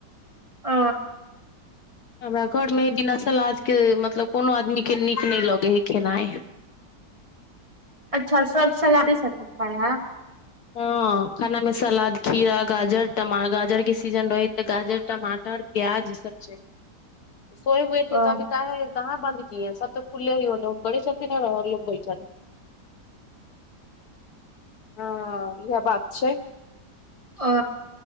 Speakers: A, on the right; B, on the left.
A: ओ
B: हमरा घर मे बिना सलाद के मतलब कोनो आदमी के नीक नै लगे हय खेनाइ
A: अच्छा सब सलादे साथे खाय हय
B: हँ खाना मे सलाद खीरा गाजर टमा गाजर के सीजन रहै गाजर टमाटर प्याज ई सब छै चाहिए सोए हुए थे
A: ओ
B: <unintelligible> कहाँ बन्द किये सब तऽ खुले हीयो बड़ी चलते न रहलयो बैठल हँ इएह बात छै
A: ओ